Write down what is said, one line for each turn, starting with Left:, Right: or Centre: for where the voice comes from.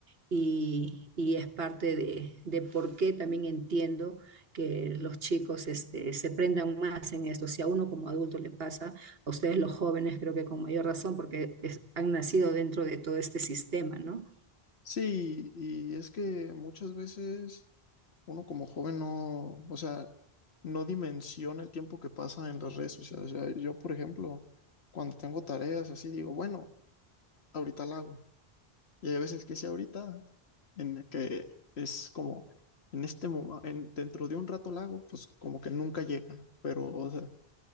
Right: y, y es parte de, de por qué también entiendo que los chicos este, se prendan más en esto. Si a uno como adulto le pasa, a ustedes los jóvenes creo que con mayor razón porque es- han nacido dentro de todo este sistema, ¿no?
Left: Sí, y es que muchas veces uno como joven no, o sea, no dimensiona el tiempo que pasa en las redes sociales. O sea, yo, por ejemplo, cuando tengo tareas así, digo, bueno, ahorita la hago. Y hay veces que sí, ahorita, en la que es como, en este momento, dentro de un rato la hago, pues como que nunca llega. Pero, o sea,